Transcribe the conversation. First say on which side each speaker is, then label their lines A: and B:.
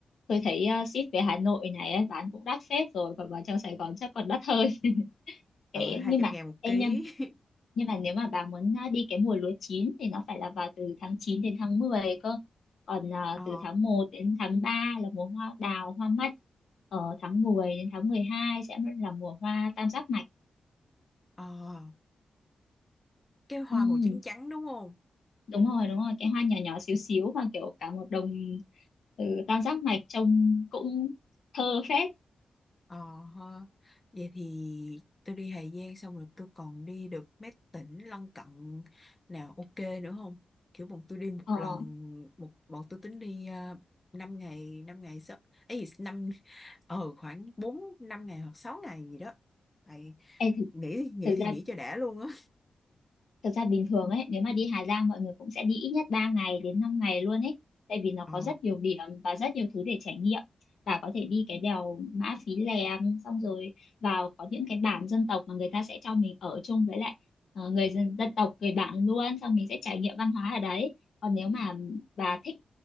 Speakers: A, on the left (about 70°); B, on the left (about 15°).
A: tôi thấy ờ, ship về Hà Nội này ấy, bán cũng đắt phết rồi, còn vào trong Sài Gòn chắc còn đắt hơn.
B: Ờ,
A: Thế
B: 200
A: nhưng mà
B: ngàn một
A: em
B: ký.
A: nha
B: <laughs>
A: nhưng mà nếu mà bà muốn à, đi cái mùa lúa chín thì nó phải là vào từ tháng 9 đến tháng 10 cơ còn à,
B: Ờ,
A: từ tháng một đến tháng 3 là mùa hoa đào hoa mắt ở tháng 10 đến tháng 12 sẽ là mùa hoa tam giác mạch
B: ờ. Cái hoa
A: ừ,
B: màu trắng trắng đúng không?
A: đúng rồi đúng rồi cái hoa nhỏ nhỏ xíu xíu và kiểu cả một đồng ừ, tam giác mạch trông cũng thơ phết
B: Ờ ha. Vậy thì tôi đi Hà Giang xong rồi tôi còn đi được mấy tỉnh lân cận nào ok nữa không? Kiểu bọn tôi đi một
A: ờ,
B: lần một bọn tôi tính đi uh, 5 ngày 5 ngày sao ấy gì, năm ờ khoảng 4 5 ngày hoặc 6 ngày gì đó. Tại
A: ê, thực,
B: nghĩ nghĩ
A: thực
B: thì
A: ra
B: nghĩ cho đã luôn á.
A: Thực ra bình thường ấy, nếu mà đi Hà Giang mọi người cũng sẽ đi ít nhất 3 ngày đến 5 ngày luôn ấy. Tại vì nó
B: Ờ.
A: có rất nhiều điểm và rất nhiều thứ để trải nghiệm. Và có thể đi cái đèo Mã Pí Lèng xong rồi vào có những cái bản dân tộc mà người ta sẽ cho mình ở chung với lại ờ, người dân, dân tộc, người bản luôn. Xong mình sẽ trải nghiệm văn hóa ở đấy. Còn nếu mà bà thích